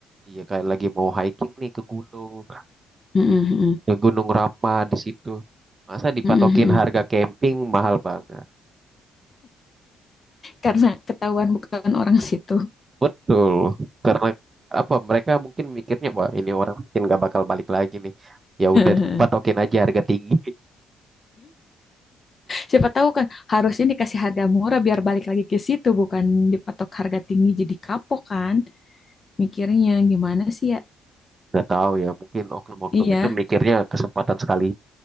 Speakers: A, on the right; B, on the left.
A: iya kayak lagi mau hiking nih ke gunung,
B: mm-mm-mm,
A: ke Gunung Rama di situ. Masa dipatokin
B: mm-mm-mm.
A: harga camping mahal banget.
B: Karena ketahuan bukan orang situ.
A: Betul, karena apa? Mereka mungkin mikirnya, wah ini orang mungkin nggak bakal balik lagi nih. Ya
B: <laughs>
A: udah patokin aja harga tinggi.
B: Siapa tahu kan harusnya dikasih harga murah biar balik lagi ke situ, bukan dipatok harga tinggi jadi kapok kan mikirnya gimana sih ya?
A: Nggak tahu ya, mungkin oknum-oknum
B: Iya,
A: itu mikirnya kesempatan sekali,